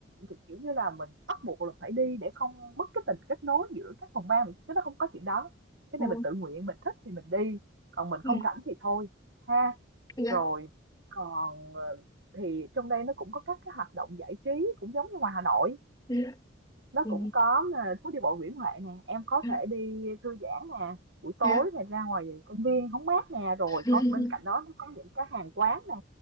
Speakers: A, on the right (about 60°); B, on the left (about 20°).
A: kiểu kiểu như là mình bắt buộc là phải đi để không mất cái tình kết nối giữa các phòng ban chứ nó không có chuyện đó cái
B: ờ,
A: này mình tự nguyện mình thích thì mình đi còn mình
B: ừ,
A: không rảnh thì thôi ha
B: dạ
A: rồi còn, ờ, thì trong đây nó cũng có các cái hoạt động giải trí cũng giống như ngoài Hà Nội,
B: dạ
A: nó
B: ừ,
A: cũng có, ờ, phố đi bộ Nguyễn Huệ nè, em có
B: à,
A: thể đi thư giãn nè, buổi tối
B: dạ
A: này ra ngoài công viên hóng mát nè, rồi
B: <laughs>
A: có bên cạnh đó nó có những cái hàng quán nè,